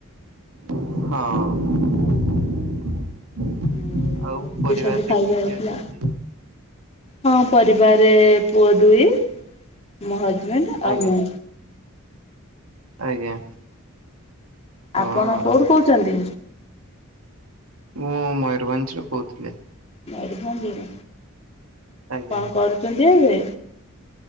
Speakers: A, on the right (about 80°); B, on the left (about 30°).
A: ହଁ।
B: ଉଁ
A: ଆଉ
B: ଏମିତି
A: ପରିବାରରେ
B: ସବୁ ଖାଇବା
A: କିଏ କିଏ
B: ହେଇଥିଲା।
A: ଅଛନ୍ତି?
B: ହଁ ପରିବାରେ ପୁଅ ଦୁଇ ମୋ ହଜବେଣ୍ଡ୍
A: ଆଜ୍ଞା
B: ଆଉ ମୁଁ।
A: ଆଜ୍ଞା। ହଁ
B: ଆପଣ କୋଉଠୁ କହୁଛନ୍ତି?
A: ମୁଁ ମୟୂରଭଞ୍ଜରୁ କହୁଥିଲି।
B: ମୟୂରଭଞ୍ଜରୁ,
A: ଆଜ୍ଞା।
B: କଣ କରୁଚନ୍ତି ଏବେ?